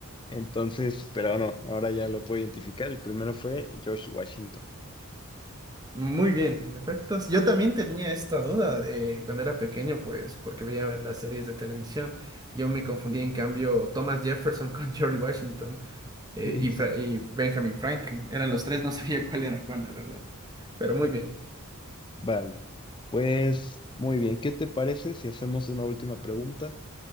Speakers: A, on the left; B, on the right.
A: Entonces, pero no, ahora ya lo puedo identificar. El primero fue George Washington.
B: Muy bien, en efecto. Yo también tenía esta duda eh, cuando era pequeño, pues, porque veía las series de televisión. Yo me confundí,
A: <laughs>
B: en cambio, Thomas Jefferson <laughs> con George Washington. eh,
A: Sí,
B: y,
A: sí.
B: Fra- y Benjamin Franklin. Eran los tres, no sabía cuál era cuál, la verdad. Pero muy bien.
A: Vale, pues muy bien, ¿qué te parece si hacemos una última pregunta